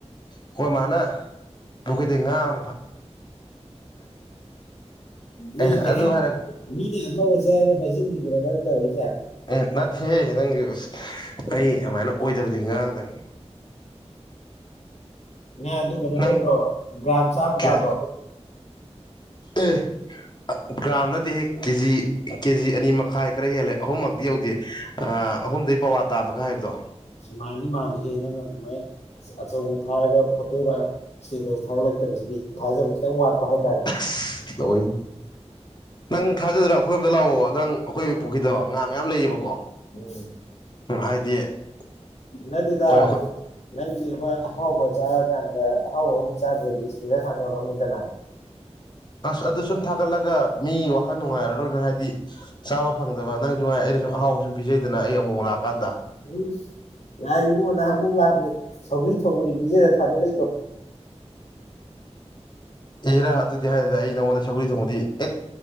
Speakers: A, on the left (about 40°); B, on the left (about 70°).
A: ꯑꯩꯈꯣꯏ ꯃꯥꯅ ꯄꯨꯈꯗꯤ ꯉꯥꯝ꯫
B: ꯌꯦ꯫
A: ꯑꯦ ꯑꯗꯨ ꯍꯥꯏꯔ
B: ꯃꯤꯅ ꯑꯍꯥꯎꯔꯁꯦꯅ ꯍꯥꯏꯖꯤꯟꯕꯤꯗꯨꯅ ꯅꯪꯅ ꯇꯧꯔꯛꯏꯁꯦ
A: ꯑꯦ ꯅꯠꯇꯦꯍꯦ ꯅꯪꯒꯤ ꯑꯁ ꯑꯩ ꯑꯗꯨꯃꯥꯏꯅ ꯑꯣꯏꯗꯕꯗꯤ ꯉꯥꯡꯗꯅꯤ
B: ꯅ ꯑꯗꯨ ꯀꯩꯅꯣ
A: ꯅꯪ
B: ꯇꯧꯕ꯭ꯔꯣ ꯒ꯭ꯔꯥꯝ ꯆꯥꯃ
A: ꯀꯦꯔꯦ
B: ꯇꯥꯕ꯭ꯔꯣ꯫
A: ꯑꯦ ꯒ꯭ꯔꯥꯝ ꯅꯠꯇꯦꯍꯦꯛ ꯀꯦꯖꯤ ꯀꯦꯖꯤ ꯑꯅꯤ ꯃꯈꯥꯏ ꯈꯔ ꯍꯦꯜꯂꯦ꯫ ꯑꯍꯨꯝꯃꯛꯇꯤ ꯌꯧꯗꯦ ꯑ ꯑꯍꯨꯝꯗꯩ ꯄꯋꯥ ꯇꯥꯕꯒ ꯍꯥꯏꯕꯗꯣ
B: ꯁꯨꯃꯥꯏꯅꯗꯤ ꯃꯥꯗꯦꯍꯦ ꯅꯪꯅ ꯑꯗꯨꯃꯥꯏꯅ ꯑꯆꯧꯕ ꯐꯥꯔꯒ ꯐꯣꯇꯣꯒ ꯁꯤꯗ ꯊꯥꯒꯠꯂꯛꯇꯕꯁꯤꯗꯤ ꯊꯥꯖꯕ ꯈꯤꯇꯪ ꯋꯥꯠꯄ ꯍꯥꯏꯇꯥꯔꯦ
A: ꯑꯁ ꯂꯣꯏ ꯅꯪ ꯊꯥꯖꯗꯔꯣ ꯑꯩꯈꯣꯏ ꯌꯨꯝꯗ ꯂꯥꯛꯑꯣꯕ ꯅꯪ ꯑꯩꯈꯣꯏ ꯄꯨꯈꯤꯗꯣ ꯉꯥ ꯃꯌꯥꯝ ꯂꯩꯌꯦꯕꯀꯣ
B: ꯎꯝ
A: ꯎꯪ ꯍꯥꯏꯗꯤ ꯑꯩꯈꯣꯏ
B: ꯅꯠꯇꯦꯗ
A: ꯑꯩꯈꯣꯏ
B: ꯅꯪꯒꯤ ꯑꯃ ꯑꯍꯥꯎꯕ ꯆꯥꯔꯀꯥꯟꯗ ꯑꯍꯥꯎꯕꯥ ꯑꯃꯃꯨꯛ ꯆꯥꯗ꯭ꯔꯗꯤ ꯏꯁꯇꯨꯗ ꯁꯥꯟꯅꯧꯔꯥꯎꯅꯤꯗꯅ
A: ꯑꯁ ꯑꯗꯨ ꯁꯨꯝ ꯊꯥꯒꯠꯂꯒ ꯃꯤ ꯋꯥꯈꯜ ꯅꯨꯡꯉꯥꯏꯔꯔꯣꯏꯅ ꯍꯥꯏꯗꯤ ꯆꯥꯕ ꯐꯪꯗꯕ ꯅꯪꯖꯨꯉꯥꯏ ꯑꯩꯅ ꯁꯨꯝ ꯑꯍꯥꯎꯕ ꯁꯨꯝ ꯄꯤꯖꯩꯗꯅ ꯑꯩ ꯑꯃꯨꯛ ꯑꯃꯨꯛ ꯂꯥꯛꯀꯥꯟꯗ
B: ꯎꯏꯁ ꯌꯥꯔꯦ ꯏꯕꯨꯡꯉꯣ ꯅꯍꯥꯟ ꯑꯃꯨꯛ ꯂꯥꯛꯄꯗ ꯁꯧꯒ꯭ꯔꯤ ꯊꯣꯡꯕꯅꯤ ꯄꯤꯖꯔ ꯊꯥꯗꯣꯛꯂꯛꯏꯗꯣ
A: ꯑꯦꯔꯥ ꯑꯗꯨꯗꯤ ꯍꯥꯏꯅꯨꯗ ꯑꯩ ꯅꯉꯣꯟꯗ ꯁꯧꯒꯔꯤ ꯊꯣꯡꯕꯗꯤ ꯑꯦꯛ